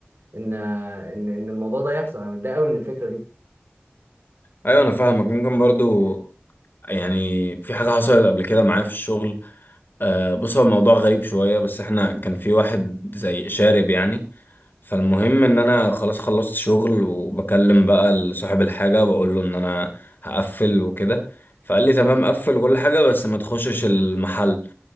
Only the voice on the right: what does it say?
ان ان ان الموضوع ده يحصل انا متضايق قوي من الفكره دي